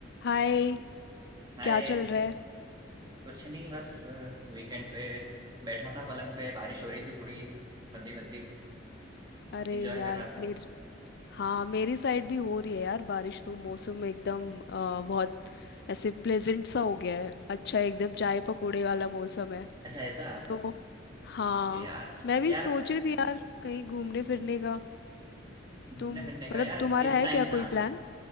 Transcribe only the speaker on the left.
हाय
क्या चल रहा है
अरे
यार
मेरी हाँ मेरी साइड भी हो रही है यार बारिश तो मौसम एकदम अ, बहुत ऐसे प्लेजेंट सा हो गया है अच्छा एकदम चाय पकौड़े वाला मौसम है
तो हाँ
मैं भी
सोच रही थी यार कहीं घूमने फिरने का
तुम
मतलब
तुम्हारा
है
क्या
कोई प्लान